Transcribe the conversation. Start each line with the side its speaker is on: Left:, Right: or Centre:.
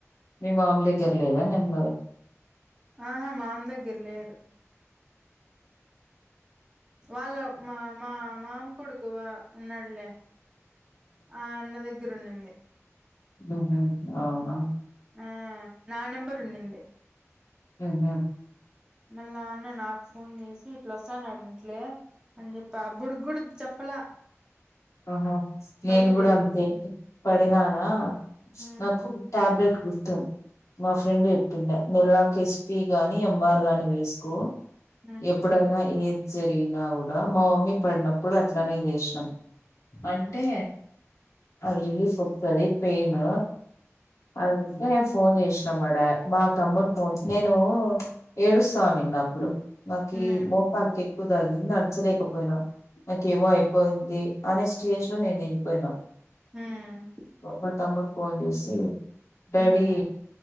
Left: మీ మామ దగ్గర లేదా నంబరు
Right: ఆహా మామ్ దగ్గర లేదు వాళ్ళ మా మా మామ కొడుకు వ ఉన్నాడులే ఆ అన్న దగ్గర ఉండింది
Left: హుహ్ అవునా.
Right: ఆ నా నెంబర్ ఉండింది.
Left: హుహ్
Right: మళ్ళా అన్న నాకు ఫోన్ చేసి ఇట్లా వస్తాను అంట్లే అని చెప్పా అప్పటిగూడ చెప్పలా.
Left: ఆహా నేను
Right: పడిండేది
Left: కూడా అంతే పడినానా
Right: హ్మ్
Left: నాకు ట్యాబ్లెట్ గుర్తు మా ఫ్రెండ్ చెప్పిండె నెల్లాకు ఎస్పి గాని ఎంఆర్ గాని వేసుకో
Right: హ్మ్
Left: ఎప్పుడైనా ఏది జరిగినా కూడా మా మమ్మీ పడినప్పుడు అట్లనే చేశినం. అంటే
Right: హ్మ్
Left: అది రిలీఫ్ వస్తది పెయిన్. అందుకే నేను ఫోన్ చేశినా మా డా మా తమ్ముడు ఫోన్ నేను ఏడుస్తా ఉండిన్నాప్పుడు నాకి
Right: హ్మ్
Left: ఈ మోకాలుకి ఎక్కువ తాకింది నడ్చలేకపోయినా, నాకేమో అయిపోయింది అనే స్టేజ్ లో నేను ఎళ్ళిపోయినా.
Right: హ్మ్
Left: ప్పుడు మా తమ్ముడు ఫోన్ చేసి డాడీ
Right: హ్మ్